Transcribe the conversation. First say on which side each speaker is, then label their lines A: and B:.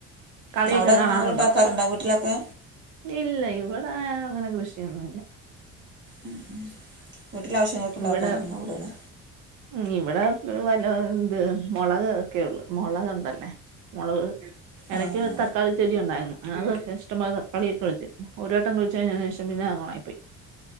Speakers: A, on the right; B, on the right.
A: കളിയൊക്കെ
B: അവിടങ്ങനെ
A: കാണാറുണ്ടോ
B: നിങ്ങൾ ഇണ്ടാക്കാറ്ണ്ട വീട്ടിലൊക്കെ
A: ഇല്ല ഇവിടെങ്ങനെ അങ്ങനെ കൃഷിയൊന്നുല്ല
B: ഉം ഉം വീട്ടില ആവശ്യങ്ങൾക്ക് ഇണ്ടാക്കാറ്
A: ഇവിടെ
B: ഉണ്ടാവൂല ലെ
A: ഉം ഇവടെ വല ഇത് മുളക് ഒക്കെള്ളു മുളക്ണ്ടല്ലേ മുളക് എടയ്ക്ക്
B: ആ ആ
A: തക്കാളി ചെടി ഉണ്ടായിരുന്നു. അത് ഇഷ്ടം പോലെ തക്കാളി കിട്ടുകേം ചെയ്യും. ഒരു വട്ടം കുഴിച്ചു കഴിഞ്ഞേനേഷം പിന്നെ അങ്ങ് ഉണങ്ങിപ്പോയി.